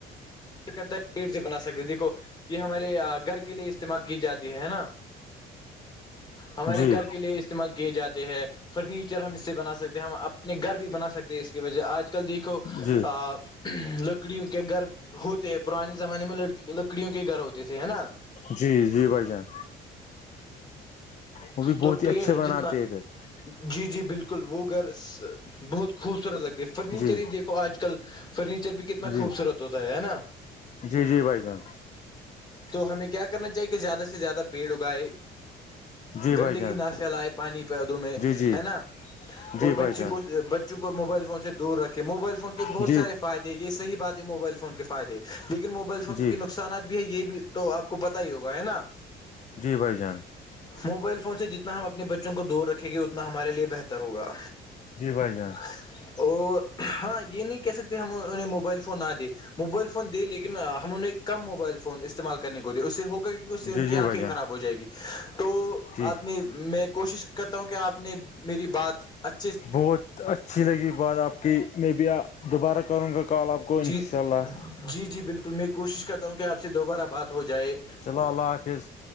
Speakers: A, on the left; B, on the left.
A: کرتا پیڑ سے بنا سکتے دیکھو یہ ہمارے گھر کے لیے استعمال کی جاتی ہے نا ہمارے
B: جی
A: گھر کے لیے اس استعمال کیے جاتے ہیں فرنیچر ہم اس سے بنا سکتے ہیں ہم اپنے گھر بھی بنا سکتے ہیں اس کی وجہ آج کل دیکھیے کو
B: جی
A: لکڑیوں کے گھر ہوتے ہیں پرانے زمانے میں لکڑیوں کے گھر ہوتے تھے ہے نا
B: جی جی بھائی جان وہ بھی
A: دو
B: بہت
A: پیڑ
B: ہی اچھے بناتے
A: جتنا
B: ہیں پھر
A: جی جی بالکل وہ گھر بہت خوبصورت لگتے فرنیچر
B: جی
A: ہی دیک آج کل فرنیچر بھی کتنا
B: جی
A: خوبصورت ہوتا ہے ہے نا
B: جی جی بھائی جان
A: تو ہمیں کیا کرنا چاہیے کہ زیادہ سے زیادہ پیڑ اگائے
B: جی
A: گندگی
B: بھائی جان
A: نہ پھیلائے پانی پودوں میں
B: جی جی
A: ہے نا
B: جی
A: اور بچی
B: بھائی جان
A: کو کو موبائل فون سے دور رکھے موبائل فون کے بت
B: جی
A: سارے فائدے یہ صح بات ہے موبائل فون کے فائدے لیکن موبائل فون
B: جی
A: کے نقصانات بھی ہے یہ بھی تو آپ کو پتا ہی ہوگا ہے نا
B: جی بھائی جان
A: موبائل فون سے جتنا ہم اپنے بچوں کو دور رکھیں گے اتنا ہمارے لیے بہتر ہوگا
B: جی بھائی جان
A: ا ہاں یہ نہیں کہہ سکتے ہم انہیں موبائل فون آ دے موبائل فون دے لیکن ہم انوں نے کم موبائل فون استعمال کرنے کو دیا اس سے ہوگا کہ اس سے ان
B: جی
A: کی
B: جی
A: آنکھیں
B: بھائی جان
A: خراب ہو جائے گی تو
B: جی
A: آپ نے میں کوشش کرتا ہوں کہ آپ نے میری بات اچ
B: بہت اچھی لگی بات آپ کی میں بھی دوبارہ کروں گا کال آپ کو انشاء
A: جی
B: اللہ
A: جی جی بالکل میں کوشش کرتا ہوں کہ آپ سے دوبارہ بات ہو جائے
B: چلو اللہ حافظ